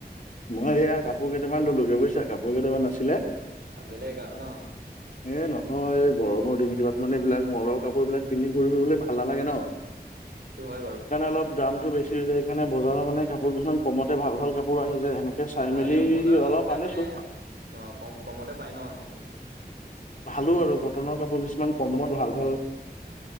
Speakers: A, on the left (about 50°); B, on the right (about 80°).
A: মই এইয়া কাপোৰ কেইটামান ললোগে বুইছা কাপোৰ কেইটামান নাছি
B: বেলেগ আৰু ন
A: এ নহয় গৰমৰ দিন
B: এ
A: কেইটাত মানে এইবিলাক ম'লৰ কাপোৰ বিলাক পিন্ধি ঘূৰি ফুৰিবলৈ ভাল নালাগে ন,
B: অ', সেইটো হয় বাৰু
A: সেইকাৰণে অলপ দামতটো বেছি এইকাৰণে বজাৰৰ মানে কাপোৰ কেইখন কমতে ভাল ভাল কাপোৰ আহি যায় সেনেকে চাই
B: এ
A: মেলি
B: বজাৰৰ কাপোৰ
A: অলপ
B: বিলাক
A: আনিছো
B: মানে অ' কম কমতে পায় ন সেইকাৰণে।
A: ভালো আৰু কটনৰ কাপোৰ কিছুমান কম দামত ভাল ভাল